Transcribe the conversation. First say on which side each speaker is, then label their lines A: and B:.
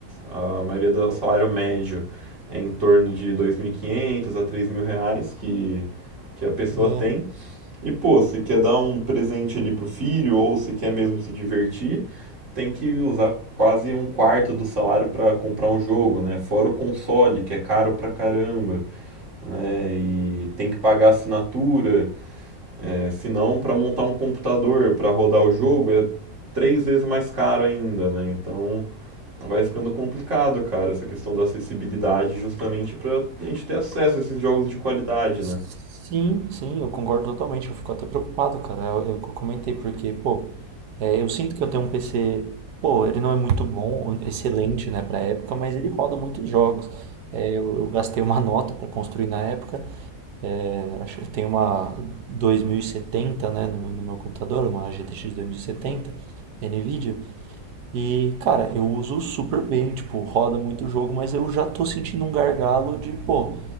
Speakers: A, on the right (about 50°); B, on the right (about 85°).
A: a maioria do salário médio é em torno de 2.500 a 3.000 reais que, que a pessoa
B: Né?
A: tem. E, pô, se quer dar um presente ali pro filho ou se quer mesmo se divertir, tem que usar quase um quarto do salário para comprar um jogo, né? Fora o console, que é caro pra caramba, né? E tem que pagar assinatura, é, senão para montar um computador para rodar o jogo é três vezes mais caro ainda, né? Então vai ficando complicado, cara, essa questão da acessibilidade, justamente pra gente ter acesso a esses jogos de qualidade,
B: Sim,
A: né?
B: sim, eu concordo totalmente. Eu fico até preocupado, cara. Eu, eu comentei porque, pô, é, eu sinto que eu tenho um PC, pô, ele não é muito bom, excelente, né, pra época, mas ele roda muitos jogos. É, eu, eu gastei uma <laughs> nota pra construir na época É, acho que tem uma 2070, né, no meu, no meu computador, uma GTX 2070 da Nvidia. E, cara, eu uso super bem, tipo, roda muito o jogo, mas eu já tô sentindo um gargalo de, pô,